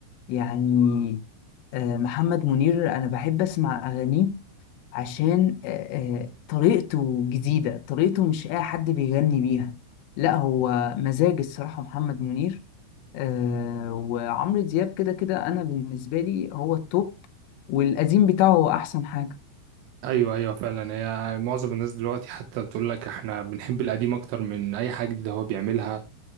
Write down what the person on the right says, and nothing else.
ايوه ايوه فعلا هي معظم الناس دلوقتي حتى بتقول لك احنا بنحب القديم اكتر من اي حاجه جديده هو بيعملها